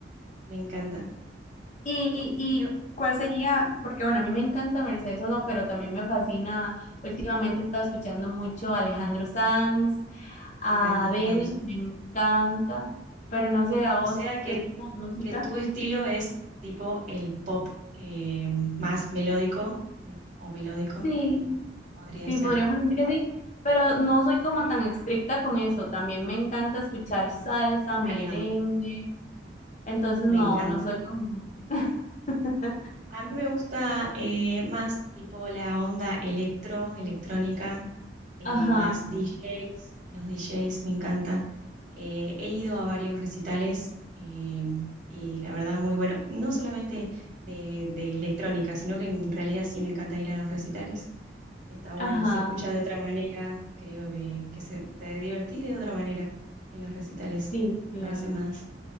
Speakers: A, on the right; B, on the left.
A: Me encanta.
B: ¿Y, y
A: Yo-
B: cuál sería? Porque bueno, a mí me encanta Mercedes Sosa, pero también me fascina, últimamente he estado escuchando mucho a Alejandro Sanz, a
A: me encanta,
B: Adele,
A: Alejandro sí.
B: me encanta, pero no sé a
A: O
B: vos
A: sea que,
B: qué tipo de música.
A: que tu estilo es tipo el pop eh, más melódico me- o melódico,
B: Sí,
A: podría
B: sí,
A: ser
B: podríamos decir que sí, pero no soy como tan estricta con eso, también me encanta escuchar salsa, merengue,
A: variado.
B: entonces
A: Me
B: no,
A: encanta.
B: no soy como... <laughs>
A: A mí me gusta eh, más tipo la onda electro, electrónica, eh,
B: Ajá,
A: más DJs, los DJs me encanta. Eh, he ido a varios recitales eh, y la verdad muy bueno, no solamente de, de electrónica, sino que en realidad sí me encanta ir a los recitales. Está bueno,
B: ajá,
A: se escucha de otra manera, creo que, que se, te divertís de otra manera en los recitales,
B: sí, claro.
A: me parece más,